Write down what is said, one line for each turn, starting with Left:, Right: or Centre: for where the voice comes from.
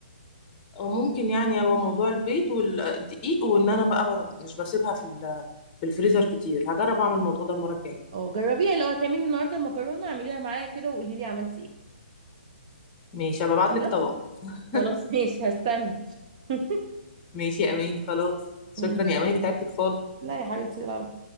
Left: او ممكن يعني هو موضوع البيض والدقيق وان انا بقى ب- مش بسيبها في ال- في الفريزر كتير هجرب اعمل الموضوع ده المره الجايه
Right: اه جربيها لو هتعملي النهارده مكرونه اعمليها معايا كده وقولي لي عملتي ايه
Left: ماشي هبعت
Right: خلاص
Left: لك طبق <laughs>
Right: خلاص ماشي هستنى <laughs>
Left: ماشي يا اماني خلاص شكرا
Right: ماشي
Left: يا اماني تعبتك خالص
Right: لا يا حبيبتي العفو